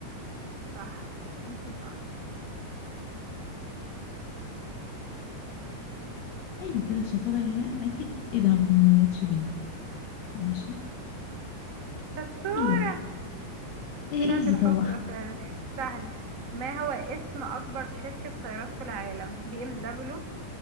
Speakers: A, on the right; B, on the left.
A: صح انتي صح
B: أيوة كده الشطارة يعني أكيد إيه ده ما جاتش ليه ماشي
A: شطور
B: أيوة إيه
A: طلعت
B: إيزي
A: الحفرة
B: طبعا
A: فعلا سهلة ما هو اسم اكبر شركة سيارات في العالم بي ام دبليو